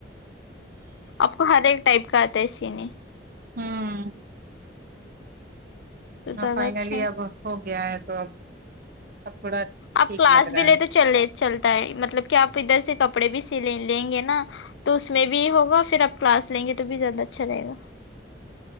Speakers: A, on the left; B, on the right.
A: آپ کو ہر ایک ٹائپ کا آتا ہے سینے
B: ہوں
A: تو
B: ہاں
A: زیادہ
B: فائنلی
A: اچھا ہے
B: اب ہو گیا ہے تو اب اب تھوڑا
A: آپ
B: ٹھیک
A: کلاس
B: لگ
A: بھی
B: رہا
A: لے
B: ہے
A: تو چلے چلتا ہے مطلب کہ آپ ادھر سے کپڑے بھی س لیں گے نا تو اس میں بھی ہوگا پھر آپ کلاس لیں گے تو بھی زیادہ اچھا رہے گا